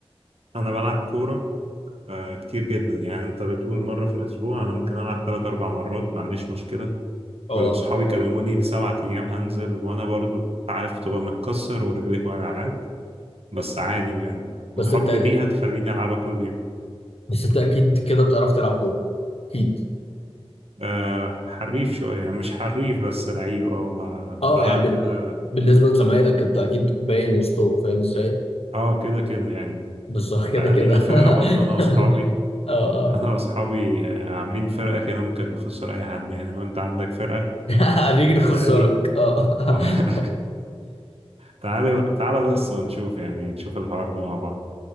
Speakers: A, on the right; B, on the left.
A: أنا بلعب كورة آه، كتير جدا يعني أنت بتقول مرة في الأسبوع أنا ممكن ألعب تلات أربع مرات ما عنديش مشكلة
B: اه
A: ولو
B: اه.
A: صحابي كلموني لسبعة أيام هنزل وأنا برضو عارف تبقى متكسر ورجليك وجعات بس عادي يعني
B: بس
A: حبي
B: انت
A: ليها تخليني ألعبها كل يوم
B: بس انت اكيد كده بتعرف تلعب كوره اكيد
A: أه حريف شوية مش حريف بس لعيب اه ب-
B: اه
A: بلعب
B: يعني بال-
A: كده
B: بالنسبه لزمايلك انت اكيد باين وسطهم فاهم ازاي
A: اه كده كده يعني
B: بس <laughs> هو كده
A: آه،
B: كده
A: لينا فرقة
B: <laughs>
A: برضه أنا وأصحابي
B: اه اه
A: أنا وأصحابي آه، عاملين فرقة كده ممكن نخسر أي حد يعني لو أنت عندك فرقة
B: <laughs> هنيجي نخسرك
A: تعالي
B: اه
A: <laughs>
B: <laughs>
A: تعالى تعالى بس ونشوف يعني نشوف الحوار ده مع بعض